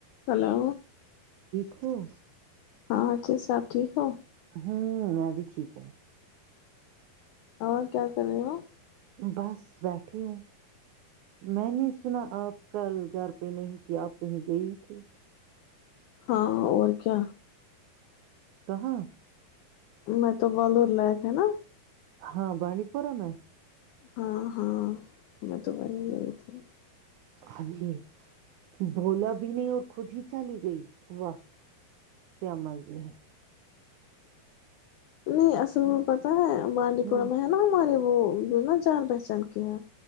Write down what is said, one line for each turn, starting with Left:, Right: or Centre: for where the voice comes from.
Left: hello
Right: ہ <unintelligible>
Left: ہاں اچی سب ٹھیک ہو
Right: ہوں میں بھی ٹھیک ہوں
Left: اور کیا کر رہی ہو
Right: بس بیٹھی ہوں میں نے سنا آپ کل گھر پہ نہیں تھی آپ کہیں گئے تھھی
Left: ہاں اور کیا
Right: کہاں
Left: میں تو بور لائیک ہے نا
Right: ہاں بانی پورم ہے
Left: ہاں ہاں میں تو بڑ ہی گئی تھی
Right: اری بولا بھی نہیں اور خود ہی چال گئی واہ کیا مرضی ہے
Left: نہیں اصل میں پتاہ ہے بانڈی
Right: ہوں
Left: پورہ میں ہے نا ہمارے وہ جو نا جان پہچان کے ہیں